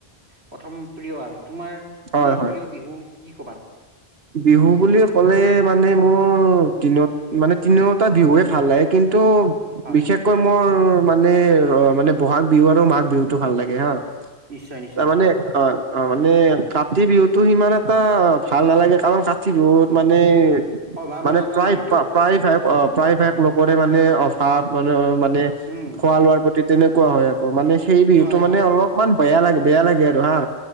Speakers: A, on the right; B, on the right.
A: প্ৰথম প্ৰিয়। আৰু তোমাৰ
B: হয়
A: এনেই
B: হয়
A: প্ৰিয় বিহু কি ক'বা?
B: বিহু বুলি ক'লে মানে মোৰ দিনত মানে তিনিওটা বিহুৱে ভাল লাগে। কিন্তু
A: হয়
B: বিশেষকৈ মোৰ মানে, অ' মানে বহাগ বিহু আৰু মাঘ বিহুটো ভাল লাগে হা।
A: নিশ্চয় নিশ্চয়
B: তাৰমানে
A: হয়
B: অ' অ' মানে কাতি বিহুটো সিমান এটা ভাল নালাগে। কাৰণ কাতি বিহুত মানে,
A: অভাৱ
B: মানে
A: অনাতন
B: প্ৰায়
A: হয়তো
B: <unintelligible> অ'। প্ৰায় ভাগ লোকৰে মানে অভাৱ, মানে, মানে
A: উম
B: খোৱা লোৱাৰ প্ৰতি তেনেকুৱা হয় আকৌ মানে সেই বিহুটো
A: হয়
B: মানে
A: হয়
B: অলপমান বেয়া লাগে, বেয়া লাগে আৰু হা